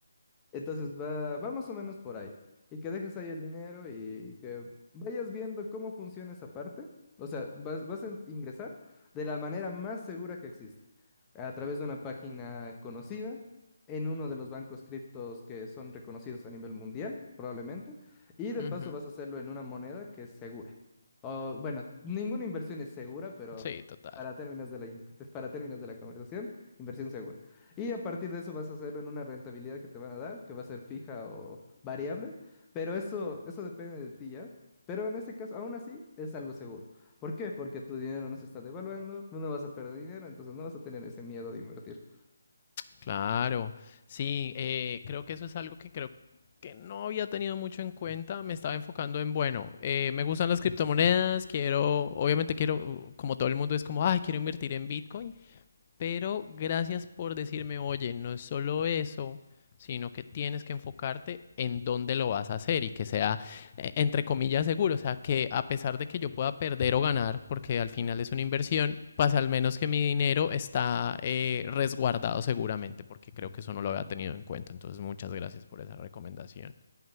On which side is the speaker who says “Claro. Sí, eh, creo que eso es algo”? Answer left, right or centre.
Left